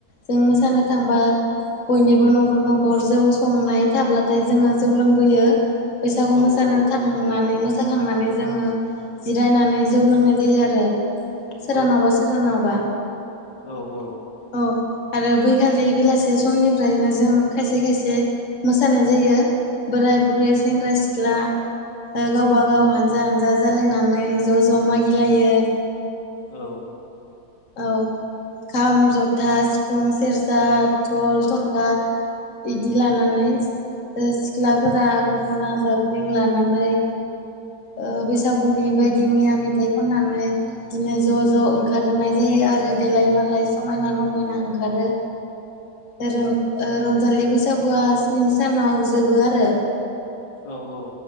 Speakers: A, on the left; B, on the left.
A: जों मोसानो थांबा। बयनिबो नखर नखर जौ संनाय थाब्लाथाय जोङो जौ लोंबोयो। बैसागु
B: औ औ
A: मोसानो
B: औ
A: थांनानै मो जाखांनानै जोङो जिरायनानै जौ लोंनाय जायो आरो। सोरानावबा-सोरानावबा
B: औ औ
A: औ आरो बैखालि बेलासे समनिफ्रायनो जों खायसे खायसे। मोसानाय जायो बोराय बुरै सेंग्रा सिख्ला। गावबा गाव हानजा हानजा जालायनानै ज' ज' मागिलायो।
B: औ।
A: औ खाम जथा सिफुं सेरजा थल थरखा बिदि लानानै सिख्लाफोरा गंगना जाबख्रिं लानानै ओ बैसागुनि बायदि मैया मेथाइ खननानै बिदिनो ज' ज' ओंखार रोंनाय जायो आरो देलाय मालाय समायना रमायना ओंखारो ओ रंजालि बैसागुआ स्नि सानाव जोबो आरो।
B: औ औ।